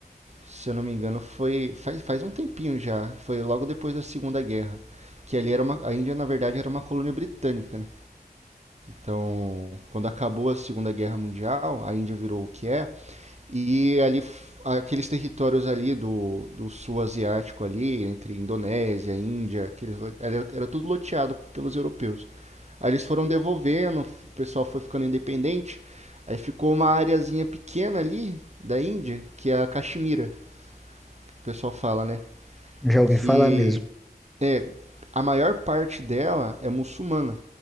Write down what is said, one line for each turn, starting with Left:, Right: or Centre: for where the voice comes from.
Right: se eu não me engano, foi faz, faz um tempinho já, foi logo depois da Segunda Guerra, que ali era uma, a Índia na verdade era uma colônia britânica, né? Então, quando acabou a Segunda Guerra Mundial, a Índia virou o que é, e ali, aqueles territórios ali do, do sul asiático ali, entre Indonésia, Índia, aqueles, era, era tudo loteado pelos europeus. Aí eles foram devolvendo, o pessoal foi ficando independente, aí ficou uma areazinha pequena ali da Índia, que é a Caxemira, que o pessoal fala, né?
Centre: Já ouvi
Right: Que
Centre: falar mesmo.
Right: é, a maior parte dela é muçulmana,